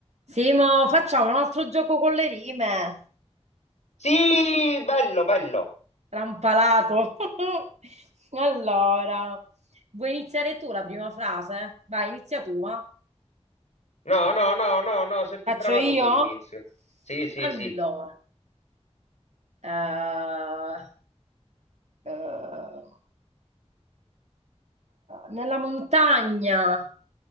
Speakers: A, on the right (about 75°); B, on the left (about 85°).
A: Simo, facciamo un altro gioco con le rime.
B: Sì, bello, bello.
A: Trampalato. <laughs> Allora, vuoi iniziare tu la prima frase? Vai, inizia tu, va.
B: No, no, no, no, no, sei più
A: Faccio
B: brava
A: io?
B: tu con l'inizio. Sì, sì,
A: Allora,
B: sì.
A: eh, eh, nella montagna